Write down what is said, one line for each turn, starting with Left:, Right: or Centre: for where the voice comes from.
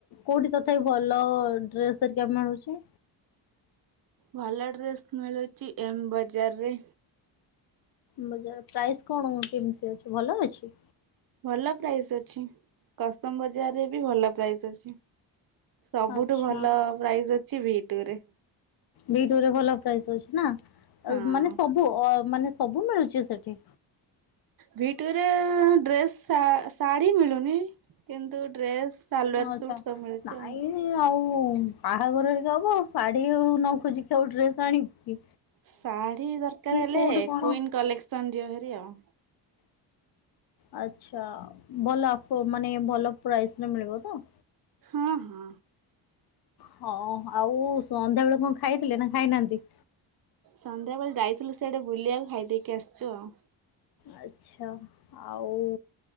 Left: କୋଉଠି ତଥାପି ଭଲ ଡ୍ରେସ ହେରିକା ମିଳୁଚି?
Right: ଭଲ ଡ୍ରେସ୍ ମିଳୁଚି ଏମ୍ ବଜାରରେ।
Left: ବଜାର ପ୍ରାଇସ୍ କଣ କେମିତି ଅଛି ଭଲ ଅଛି?
Right: ଭଲ ପ୍ରାଇଜ୍‌ ଅଛି କସମ୍ ବ ଜାରେ ବି ଭଲ ପ୍ରାଇଜ୍‌ ଅଛି ସବୁଠୁ
Left: ଆଚ୍ଛା
Right: ଭଲ ପ୍ରାଇଜ୍‌ ଅଛି ଭି ଟୁରେ।
Left: ଭି ଟୁ ରେ ଭଲ ପ୍ରାଇଜ୍‌ ଅଛି ନା
Right: ହଁ।
Left: ମାନେ ସବୁ ମାନେ ସବୁ ମିଳୁଛି ସେଠି?
Right: ଭି ଟୁ ରେ ଡ୍ରେସ୍ ଶାଢ଼ୀ ମିଳୁନି କିନ୍ତୁ ଡ୍ରେସ୍‌ ସାଲୱାର୍
Left: ଆଚ୍ଛା।
Right: ସୁଟ୍ ସବୁ ମିଳୁଚି
Left: ନାଇଁ
Right: ଆଉ।
Left: ଆଉ ବାହାଘର ଏବେ ହବ ଆଉ ଶାଢୀ ନଖୋଜିକି ଆଉ ଡ୍ରେସ୍‌ ଆଣିବୁ କି।
Right: ଶାଢୀ ଦରକାର ହେଲେ
Left: କୋଉଠି କଣ
Right: କୁଇନ୍‌ କଲେକ୍ସନ ଯିବେଭାରି ଆଉ।
Left: ଆଚ୍ଛା ଭଲ ଅକ୍ଵ ମାନେ ଭଲ ପ୍ରାଇଜ୍‌ ରେ ମିଳିବ ତ?
Right: ହଁ ହଁ।
Left: ହଁ ଆଉ ସନ୍ଧ୍ୟା ବେଳେ କଣ ଖାଇଥିଲେ ନା ଖାଇନାହାନ୍ତି?
Right: ସନ୍ଧ୍ୟାବେଳେ ଯାଇଥିଲୁ ସେଆଡେ ବୁଲିବାକୁ ଖାଇଦେଇକି ଆସିଚୁ ଆଉ।
Left: ଆଚ୍ଛା। ଆଉ